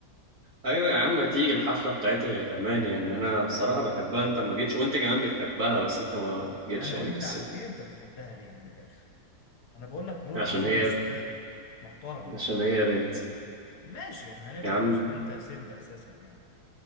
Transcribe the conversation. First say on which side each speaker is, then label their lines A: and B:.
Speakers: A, on the right (about 50°); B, on the left (about 65°).
A: ايوه يا عم ما تيجي الحفلة بتاعتها هي كمان يعني انا بصراحة بحبها انت ما جيتش وانت كمان بتحبها بس انت ما جيتش
B: انا
A: يعني
B: وانت
A: كسلت
B: عارفين انت بتحبها ليه من الاخر انا بقول لك نروح
A: عشان
B: حفله
A: هي
B: موسيقيه محترمه
A: عشان هي بنت
B: ماشي يعني هنبعد
A: يا عم
B: عشان انت سيمب اساسا يعني